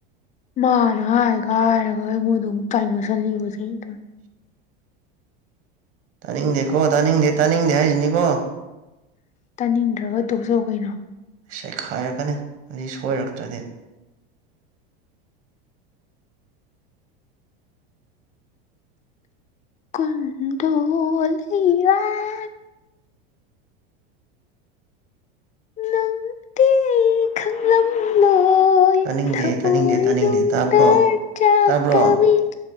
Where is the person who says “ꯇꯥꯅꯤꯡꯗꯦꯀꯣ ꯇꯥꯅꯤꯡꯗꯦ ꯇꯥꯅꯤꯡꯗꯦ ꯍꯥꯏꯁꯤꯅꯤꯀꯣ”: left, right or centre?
Right